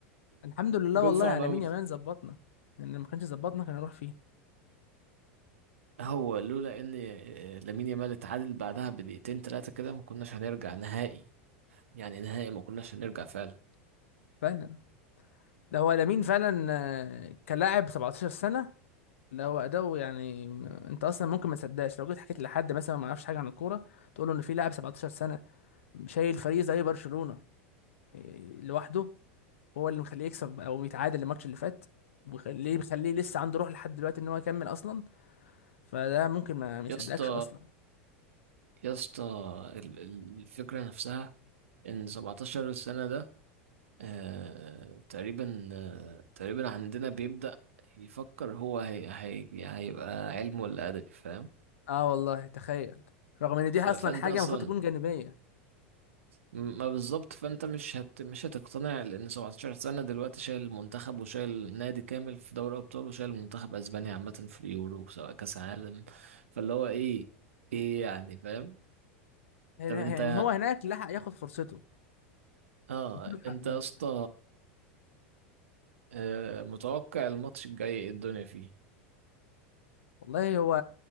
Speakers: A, on the left (about 85°); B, on the right (about 90°).
A: الحمد لله
B: جون
A: والله
B: صعب
A: على
B: قوي
A: مين يا مان ظبطنا لان ما كانش ظبطنا كان هنروح فيه
B: هو لولا إن آه، لامين يامال اتعادل بعدها بدقيقتين تلاتة كده ما كناش هنرجع نهائي يعني نهائي ما كناش هنرجع فعلا
A: فعلا ده هو لامين فعلا آه، كلاعب 17 سنه لا هو اداؤه يعني م- انت اصلا ممكن ما تصدقش لو جيت حكيت لحد مثلا ما يعرفش حاجه عن الكوره تقول له ان في لاعب 17 سنه شايل فريق زي برشلونه إيه، لوحده هو اللي مخليه يكسب او يتعادل الماتش اللي فات وخليه مخليه لسه عنده روح لحد دلوقتي ان هو يكمل اصلا فده ممكن ما ما يصدقكش
B: يا اسطى
A: اصلا
B: يا اسطى ال- ال- الفكرة نفسها إن 17 سنة ده آه تقريبا آه تقريبا عندنا بيبدأ يفكر هو هي هي هيبقى علم ولا أدبي فاهم
A: اه والله تخيل رغم ان دي
B: ف-
A: اصلا
B: فأنت
A: حاجه
B: أصلا
A: المفروض تكون جانبيه
B: ما بالظبط فأنت مش هت مش هتقتنع لأن 17 سنة دلوقتي شايل المنتخب وشايل نادي كامل في دوري أبطال وشايل المنتخب أسبانيا عامة في اليورو سواء كأس عالم فاللي هو إيه إيه يعني فاهم
A: هنا-
B: طب أنت
A: يعني هو هناك لحق ياخد فرصته
B: اه
A: اديله حقه
B: انت
A: هناك
B: يا اسطى آه، متوقع الماتش الجاي إيه الدنيا فيه
A: والله هو